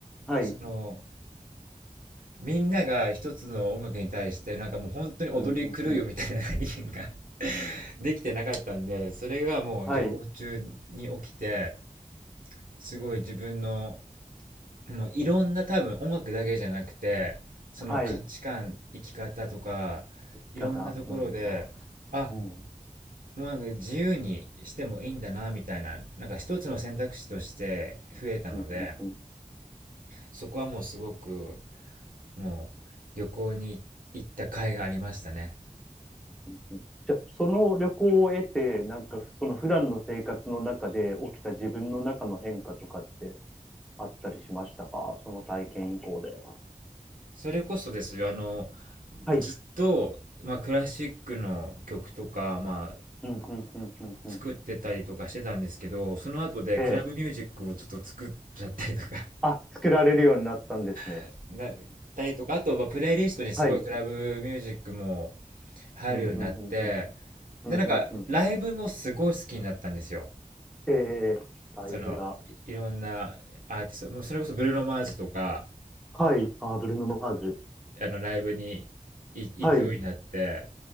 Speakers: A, in the centre; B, on the right.
A: はい。
B: そのみんなが一つの音楽に対してなんかもう本当に踊り狂うよみたいな意見が
A: うん。うん。
B: <laughs> できてなかったんで、それがもう旅行中に起きて、
A: はい。
B: すごい自分のもういろんな多分音楽だけじゃなくて、その価値観、
A: はい。
B: 生き方とか、いろんなところで、
A: 方。うん。
B: あ、
A: うん。
B: もうなんか自由にしてもいいんだなみたいな、なんか一つの選択肢として増えたので、
A: うん。うん。うん。
B: そこはもうすごくもう旅行に行った甲斐がありましたね。
A: うんじゃあ、その旅行を得て、なんか、その普段の生活の中で起きた自分の中の変化とかってあったりしましたかその体験以降で。
B: それこそですよ、あの、
A: はい。
B: ずっと、まあ、クラシックの曲とか、まあ、
A: うんうんうんうんうん
B: 作ってたりとかしてたんですけど、その後でクラブミュージックをちょっと作っちゃったりとか
A: ええ。あ、作られるようになったんですね。
B: <laughs> なったりとか、あと、まあ、プレイリストにすごいクラブミュージックも
A: はい。
B: 入るようになって、
A: うんうんうんうん。うんうんうん。
B: で、なんか、ライブもすごい好きになったんですよ。
A: ええ、ええライフが。
B: その、いいろんなアーティスト、もうそれこそブルーノ・マーズとか、
A: はい。あ、ブルーノ・マーズ。
B: あの、ライブにい行くようになって、
A: はい。